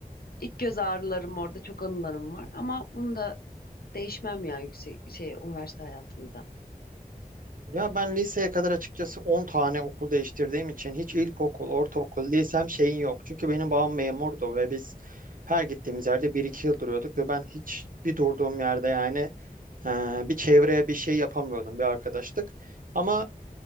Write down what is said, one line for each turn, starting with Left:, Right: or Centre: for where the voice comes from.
Left: İlk göz ağrılarım orada çok anılarım var. Ama bunu da değişmem ya yüksek şey üniversite hayatında da.
Right: Ya ben liseye kadar açıkçası 10 tane okul değiştirdiğim için hiç ilkokul, ortaokul, lisem şeyin yok. Çünkü benim babam memurdu ve biz her gittiğimiz yerde bir iki yıl duruyorduk ve ben hiç bir durduğum yerde yani Ee, bir çevreye bir şey yapamıyordum, bir arkadaşlık. Ama